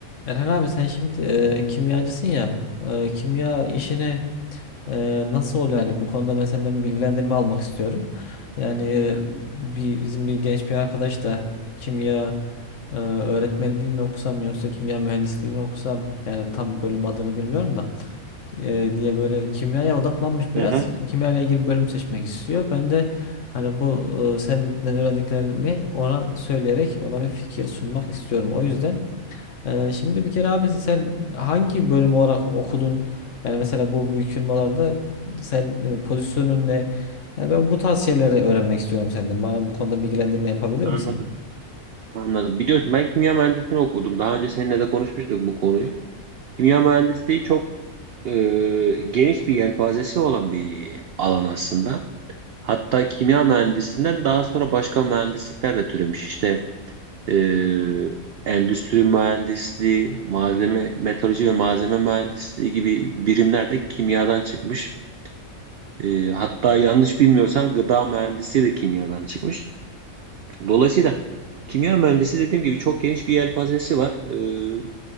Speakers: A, on the left (about 60°); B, on the right (about 60°).
A: Eren abi sen şimdi e, kimyacısın ya e, kimya işini e, nasıl oluyor yani bu konuda ben senden bir bilgilendirme almak istiyorum. Yani e, bir, bizim bir genç bir arkadaş da kimya e, öğretmenliği mi okusam yoksa kimya mühendisliği mi okusam yani tam bölüm adını bilmiyorum da e, diye böyle kimyaya odaklanmış biraz.
B: Aha,
A: Kimya ile ilgili bölüm seçmek istiyor. Ben de hani bu e, senden öğrendiklerimi ona söyleyerek ona bir fikir sunmak istiyorum. O yüzden ee, şimdi bir kere abi sen hangi bölüm olarak okudun? Yani mesela bu büyük firmalarda sen e, pozisyonun ne? Yani ben bu tarz şeyleri öğrenmek istiyorum senden. Bana bu konuda bilgilendirme yapabilir
B: anladım.
A: misin?
B: Anladım. Biliyorsun ben kimya mühendisliğini okudum. Daha önce seninle de konuşmuştuk bu konuyu. Kimya mühendisliği çok e, geniş bir yelpazesi olan bir alan aslında. Hatta kimya mühendisinden daha sonra başka mühendislikler de türemiş. İşte e, endüstri mühendisliği, malzeme, metalurji ve malzeme mühendisliği gibi birimler de kimyadan çıkmış. E, hatta yanlış bilmiyorsam gıda mühendisliği de kimyadan çıkmış. Dolayısıyla kimya mühendisi dediğim gibi çok geniş bir yelpazesi var. Ee,